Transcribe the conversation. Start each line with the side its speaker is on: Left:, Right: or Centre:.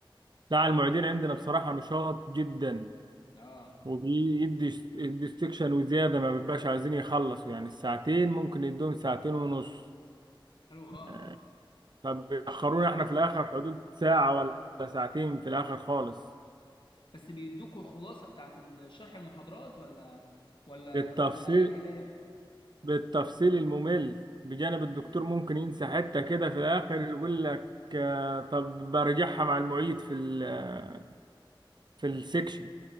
Right: لا المعيدين عندنا بصراحة نشاط جدا
Left: اه
Right: وبيدي يدي استكشن وزيادة ما بيبقاش عايزين يخلصوا يعني الساعتين ممكن يدوهم ساعتين ونص
Left: حلو خالص
Right: آه، فبيأخرونا احنا في الآخر حدود ساعة ولا ساعتين في الآخر خالص
Left: بس بيدوكوا الخلاصة بتاعت ال- شرح المحاضرات ولا ولا
Right: التفصيل
Left: ولا بيبقى اي كلام
Right: بالتفصيل الممل بجانب الدكتور
Left: امم
Right: ممكن ينسى حتة كده في الآخر يقول لك آه، طب برجعها مع المعيد في ال آه، في السكشن